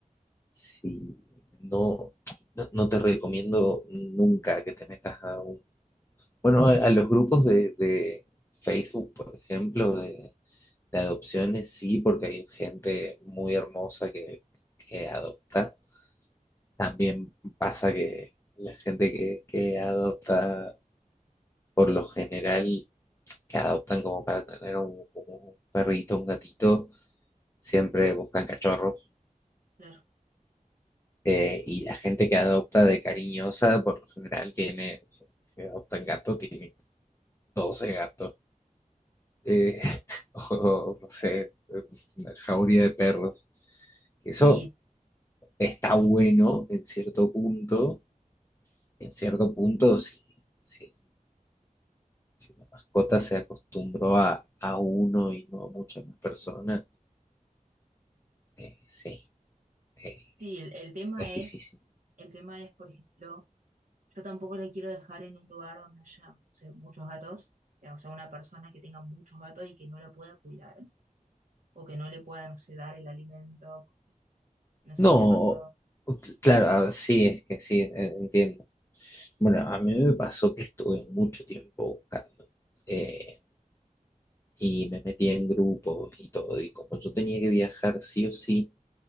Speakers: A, on the left (about 20°); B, on the right (about 70°).
A: si no, no, no te recomiendo nunca que te metas a un... Bueno, a, a los grupos de, de Facebook, por ejemplo, de, de adopciones, sí, porque hay gente muy hermosa que, que adopta. También pasa que la gente que, que adopta, por lo general, que adoptan como para tener un, como un perrito, un gatito, siempre buscan cachorros.
B: claro.
A: eh, y la gente que adopta de cariñosa, por lo general, tiene, no sé, si adoptan gato, tiene 12 gatos, eh, <laughs> o no sé, una jauría de perros. Eso
B: Y
A: está bueno en cierto punto, en cierto punto, si, si, si la mascota se acostumbró a, a uno y no a muchas más personas, eh, sí, eh,
B: sí, el, el tema
A: es difícil.
B: es, el tema es, por ejemplo, yo tampoco la quiero dejar en un lugar donde haya, no sé, muchos gatos, eh, o sea, una persona que tenga muchos gatos y que no la pueda cuidar, o que no le pueda, no sé, dar el alimento, no sé
A: No,
B: si te pasó.
A: ok, claro, ah, sí, es que sí, eh, entiendo. Bueno, a mí me pasó que estuve mucho tiempo buscando eh, y me metía en grupos y todo, y como yo tenía que viajar sí o sí,